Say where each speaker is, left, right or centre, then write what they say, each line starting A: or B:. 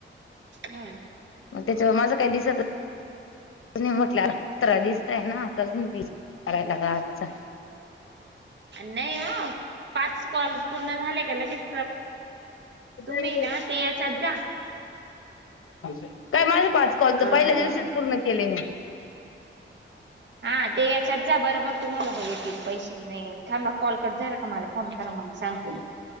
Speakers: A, on the right; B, on the left.
A: ह
B: मग त्याच्या माझं काही दिसत तु म्हटलं अ पतरा दिस आहे ना आता अजून वीस करायलाग आजचा ह
A: नाही अ पाच कॉल पूर्ण झाले का लगेच तुम्ही
B: का
A: ना ते याच्यात जा
B: काय माझ पाच कॉल तर
A: अ
B: पहिल्या दिवशीच पूर्ण केले मी
A: हा ते याच्यात जा बरोबर तुम्हाला ब येतील पैसे नाही थांबा कॉलकट झाला आम्हाला फोन करा मग सांगते मी